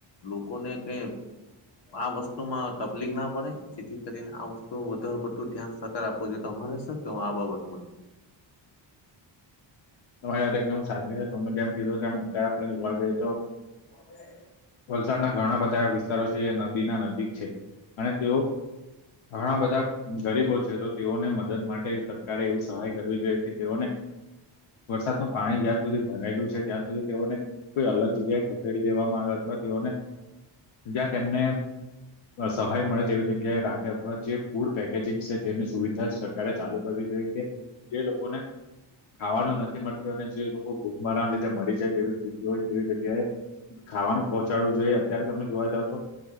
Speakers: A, on the left; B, on the left.
A: લોકોને કઈ આ વસ્તુમાં તકલીક ના પડે જેથી કરીને આ વસ્તુ તો વધારે પડતું ધ્યાન સરકાર આપવું જોઈએ તમારે શકવા આ બાબતમાં
B: તમારી યા એકદમ સાચી છે તમે જેમ કીધું તેમ અત્યારે આપણે જોવા જઈ તો
A: <inaudible>
B: વલસાડના ઘણા બધા એવા વિસ્તારો છે જે નદીના નજીક છે અને તેઓ ઘણા બધા ગરીબો છે તો તેઓને મદદ માટે સરકારે એવું સહાય કરવી જોઈએ કે તેઓને વરસાદનું પાણી જ્યાં સુધી ભરાયેલું છે ત્યાં સુધી તેઓને કોઈ અલગ જગ્યાએ ખસેડી દેવામાં આવે અથવા તેઓને જ્યાં તેમને સહાય મળે તેવી જગ્યાએ રાખે અથવા જે ફૂડ પેકેજિંગ છે તેની સુવિધા સરકારે ચાલુ કરવી જોઈએ કે જે લોકો ને ખાવાનું નથી મળતું અને જે લોકો ભૂખમરના લીધે મરી જાય તેવી સ્થિતિ હોય તેવી જગ્યાએ ખાવાનું પહોંચાડવું જોઈએ અત્યારે તમે જોવા જાવ તો